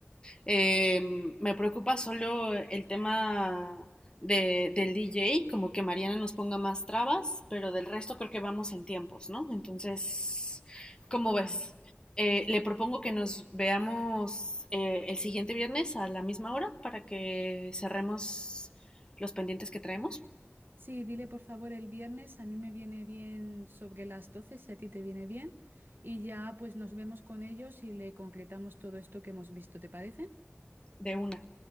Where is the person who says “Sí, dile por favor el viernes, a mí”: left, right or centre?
Right